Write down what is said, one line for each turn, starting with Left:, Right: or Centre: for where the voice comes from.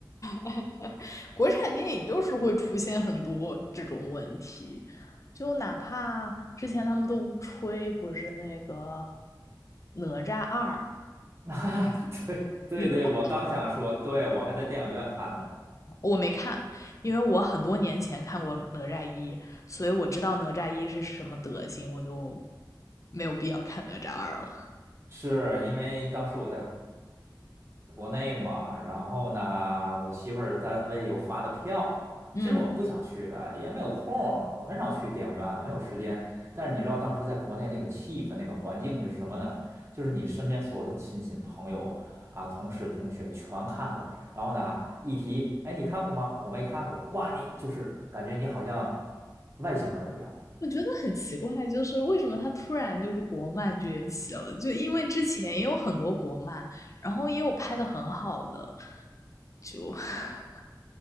Left: <laughs> 国产电影就是会出现很多这种问题，就哪怕之前他们都吹不是那个《哪吒二》
Right: <laughs> 啊，对对对，
Left: 里面
Right: 我刚想说，对，我还在电影院看的呢，
Left: 我没看，因为我很多年前看过《哪吒一》，所以我知道哪吒一是什么德行，我就没有必要看哪吒二了。
Right: 是因为当时我在。国内嘛，然后呢，我媳妇儿单位又发的票，
Left: 嗯，
Right: 其实我不想去的，也没有空儿，我很少去电影院了，没有时间。但是你知道当时在国内那个气氛、那个环境就是什么呢？就是你身边所有的亲戚朋友啊、同事同学全看过，然后呢，一提，哎，你看过吗？我没看过，哇，你就是感觉你好像外星人一样。
Left: 我觉得很奇怪，就是为什么它突然就是国漫崛起了？就因为之前也有很多国漫，然后也有拍的很好的，就 <laughs>